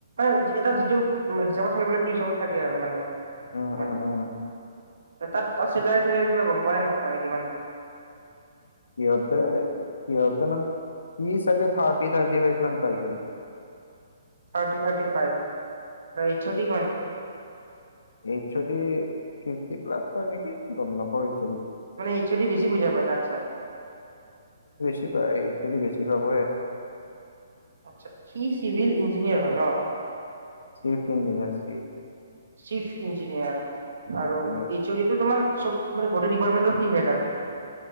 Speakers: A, on the right; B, on the left.
A: মানে এটা যিটো হিচাপত থাকিব ল কিন্তু হিচাপত থাকে আৰু মানে
B: উম
A: মে
B: উম
A: তাত
B: উম
A: তাত চেলাৰী েলাৰী কিবা গম পোৱা নাই নাপ নে কিমান
B: সিহঁততে সিহঁততে মানে কি চাগে থাৰ্টি থাৰ্টি ফাইট মান পাই কিি
A: থাৰ্টি থাৰ্টি ফাইভ ছুটি কিমান কৰে
B: এইদি ফিফ প্লাছ হয় নেকি গম নাপ এইদি
A: মানে ইচ্ছুট বেছি বুজা পায় তাৰাত চাই
B: বেি প এই যদি বেছি ভাব
A: আচ্ছা কি চিভিল ইঞ্জনিয়ৰ হয় না
B: safety engineer safety
A: chief engineer আৰু
B: উম
A: এই চৰিটো তোমাৰ চব মে গোটেই ডিপাৰ্টমেটৰ কি হেড আৰু